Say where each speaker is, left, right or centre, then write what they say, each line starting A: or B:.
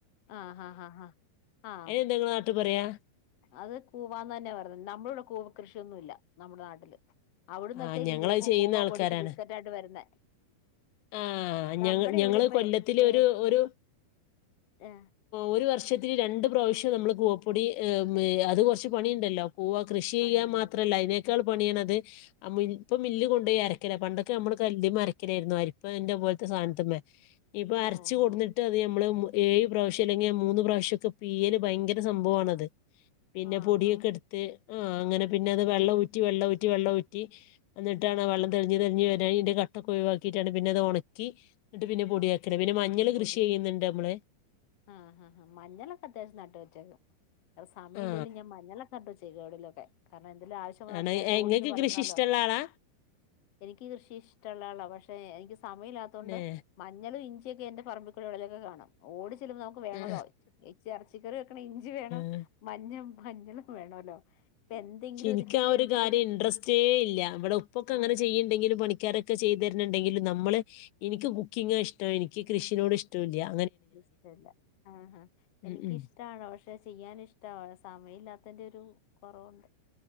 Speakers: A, on the left; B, on the left.
A: ആ, ആ, ആ ആ
B: അതിനെന്താ നിങ്ങളെ നാട്ടിൽ പറയാ
A: അത് കൂവാന്ന് തന്നെ പറ നമ്മടെവടെ കൂവ കൃഷ്യൊന്നുല്ല നമ്മുടെ നാട്ടില് അവിടന്നൊക്കേരിക്കും
B: ആ ഞങ്ങളത്
A: ചെലപ്പോ
B: ചെയ്യുന്ന
A: കൂവ
B: ആൾക്കാരാണ്
A: പൊടിച്ച് ബിസ്കറ്റ് ആയിട്ട് വരുന്നേ
B: ആ,
A: നമ്മുടെ
B: ഞങ്ങ ഞങ്ങള്
A: ഇവിടെ ഇപ്പ
B: കൊല്ലത്തില്
A: ഏ
B: ഒരു ഒരു
A: ഏ,
B: ഒരു വർഷത്തില് രണ്ട് പ്രാവശ്യം നമ്മള് കൂവപ്പൊടി ഏ മ്, അത് കൊർച്ച് പണിണ്ടല്ലോ കൂവ കൃഷി
A: പണിയുണ്ട്
B: ചെയ്യാൻ മാത്രല്ല അയ്നെ ക്കാ പണിയണത് അ മിൽ ഇപ്പ മില്ലി കൊണ്ടോയി അരക്കല, പണ്ടൊക്കെ നമ്മള് കല്ല്മ്മെ അരക്കലാരുന്നു. അരി പ്പ ഇന്റെ പോൽത്തെ സാധൻത്തമ്മേ, ഇപ്പൊ അരച്ചു
A: ഓഹോ
B: കൊടുന്നിട്ട് അത് നമ്മള് ഏഴ് പ്രാവശ്യം അല്ലെങ്കിൽ മൂന്ന് പ്രാവശ്യം ഒക്കെ പീയല് ഭയ്ങ്കര സംഭവണത്. പിന്നെ
A: ആഹാ
B: പൊടിയൊക്കെ ഇട്ത്ത് ആ അങ്ങനെ പിന്നെ അത് വെള്ള ഊറ്റി, വെള്ള ഊറ്റി, വെള്ള ഊറ്റി ഇന്നിട്ടാണാ
A: ആ
B: വള്ളം തെളിഞ്ഞ് തെളിഞ്ഞ്‌ വരാൻ ഇതിന്റെ കട്ടൊ ഒക്കൊഴവാക്കീട്ടാണ് പിന്നെ അത് ഒണക്കി എന്നിട്ട് പിന്നെ പൊടിയാക്കല, പിന്നെ മഞ്ഞൾ
A: ഉണക്കപ്പൊടി
B: കൃഷിയെയ്യ്ന്നുണ്ട് നമ്മള്
A: ആ, ആ, ആ, മഞ്ഞളൊക്കെ അത്യാവശ്യം നട്ട് വെച്ചേക്കും അ സമയമല്ലേലും
B: ആ
A: ഞാൻ മഞ്ഞളൊക്കെ നട്ടു വെച്ചേക്കും എവിടെലും ഒക്കെ. കാരണം എന്തേലും ആവശ്യം വന്ന
B: ആണ്
A: അത്യാവശ്യം ഓടി
B: നിങ്ങൾക്ക്
A: ചെന്ന് പറിക്കണൊല്ലോ
B: കൃഷി ഇഷ്ടമുള്ള ആളാ
A: എനിക്ക് കൃഷി ഇഷ്ടള്ള ആളാ, പക്ഷെ എനിക്ക് സമയല്ലാത്തോണ്ട്
B: ഏ
A: മഞ്ഞളും, ഇഞ്ചി ഒക്കെ എന്റെ പറമ്പിക്കൂള്ളി എവിടേലും ഒക്കെ കാണാം, ഓടി നമുക്ക് വേണല്ലോ
B: ആ
A: ഇച്ചി ഇറച്ചിക്കറി വെക്കണെ ഇഞ്ചി വേണം,
B: ആ.
A: മഞ്ഞൾ മഞ്ഞളും വേണല്ലോ ഇപ്പൊ എന്തെങ്കിലും
B: പക്ഷേ എനിക്ക്
A: ഇച്ചിരി
B: ആ ഒരു
A: എന്തെങ്കിലും
B: കാര്യം ഇൻട്രസ്റ്റേ ഇല്ല, ഇവിടെ ഉപ്പ ഒക്കെ
A: ആ
B: അങ്ങനെ ചെയ്യുന്നുണ്ടെങ്കിലും പണിക്കാരൊക്കെ ചെയ്തു തരുന്നുണ്ടെങ്കിലും നമ്മള് എനിക്ക് കുക്കിംഗ് ആ ഇഷ്ടം, എനിക്ക് കൃഷീനോട് ഇഷ്ടം ഇല്യാ
A: ഇഷ്ടല്ല ആ, ആ എനക്ക്
B: ഉം ഉം.
A: ഇഷ്ട്ടാണ്, പക്ഷെ ചെയ്യാൻ ഇഷ്ടാ സമയം ഇല്ലാത്തന്റെ ഒരു കുറവുണ്ട്,